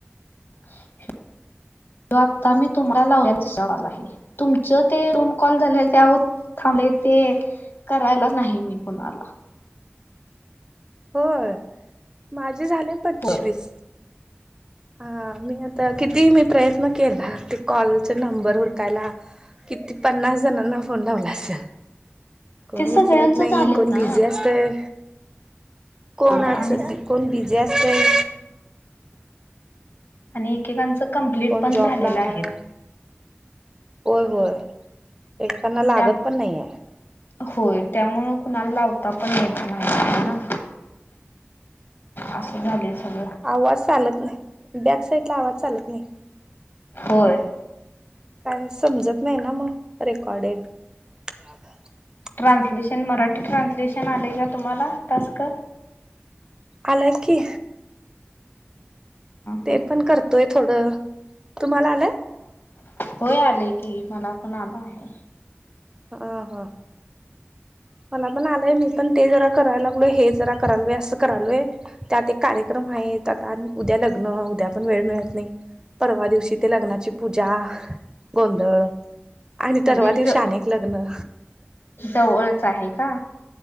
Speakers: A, on the left; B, on the right.
A: <unintelligible> ह्यो आत्ता मी तुम्हाला लावलेला <unintelligible> कॉल हाय ही तुमचं ते दोन कॉल झाल्यावर त्यावरच थांबले का? ते, मी करायलाच नाही मी कोणाला
B: होय, माझे झाले पंचवीस
A: होय <unintelligible>
B: हा मी आता किती मी प्रयत्न केला ते कॉलचे नंबर हुडकायला, किती पन्नास जणांना फोन लावला असेल, कोण
A: ते सगळ्यांच
B: उचलत नाही,
A: झालेत
B: कोण
A: ना
B: बिझी असतंय. कोणाचं
A: होय आणि
B: कोण बिझी असतंय.
A: आणि एकेकांचं कंप्लिट
B: कोण
A: पण
B: जॉबला
A: झालेलं आहेत.
B: हाय होय- होय, एकेकांना लागत
A: त्या
B: पण नाहीए.
A: होय, त्यामुळं कुणाला लावता पण येत नाही ना असं झालंय सग
B: आवाज चालत नाही, बॅक साईटला आवाज चालत नाही.
A: होय
B: अ काय समजत नाही ना मग रे कडे <unintelligible>
A: ट्रान्सलेशन मराठी ट्रान्सलेशन आलंय का तुम्हाला टास्क?
B: आलाय की
A: हा
B: ते पण करतोय थोडं, तुम्हाला आलंय?
A: होय आलेय की, ही मला पण आला आहे.
B: हा हा मला पण आलंय मी पण ते जरा करायला लागलोय हे जरा करालोय असं करालोय, त्यात एक कार्यक्रम आहे आता आणि उद्या लग्न, उद्या पण वेळ मिळत नाही. परवा दिवशी ते लग्नाची पूजा, गोंधळ आणि
A: म्हणजे
B: तेरवा दिवशी
A: ज
B: आणि एक लग्न
A: जवळच आहे का?